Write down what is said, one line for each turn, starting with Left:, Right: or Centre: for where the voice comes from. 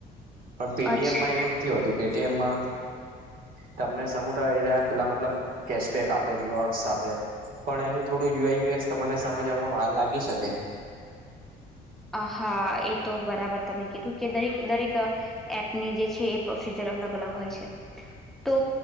Right: પણ પેટીએમમાં
Centre: અચ્છા
Right: એવું નથી હોતું પેટીએમમાં તમને સમૂ ટ રહ્યા પેલા મતલબ કેશબેક આપે રીવાોર્ડસ આપે પણ એનું થોડું યુએયુએક્સ તને સમજવામાં વાર લાગી શકે.
Centre: આ હા એ તો બરાબર. તમે કીધું કે દરેક દરેક એપની જે છે એ પ્રોસીજર અલગ અલગ હોય છે. તો